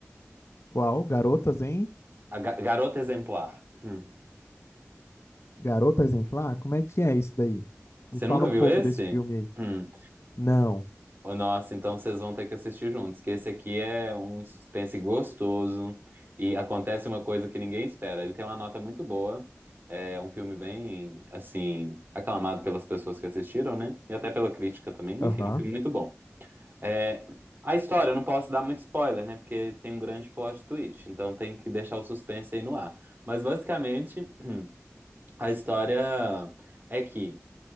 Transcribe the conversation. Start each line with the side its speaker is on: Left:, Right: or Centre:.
Left: Qual? Garotas, hein?
Right: A Ga- Garota Exemplar. Hum.
Left: Garota Exemplar? Como é que é isso daí? Me
Right: Você
Left: fala
Right: nunca
Left: um
Right: viu
Left: pouco
Right: esse?
Left: desse filme aí.
Right: Hum.
Left: Não.
Right: Ô, nossa, então vocês vão ter que assistir juntos, que esse aqui é um suspense gostoso e acontece uma coisa que ninguém espera. Ele tem uma nota muito boa, é um filme bem, assim, aclamado pelas pessoas que assistiram, né? E até pela crítica também.
Left: Aham.
Right: Enfim, é um filme muito bom. É, a história, eu não posso dar muito spoiler, né? Porque tem um grande plot twist, então tem que deixar o suspense aí no ar. Mas basicamente, a história é que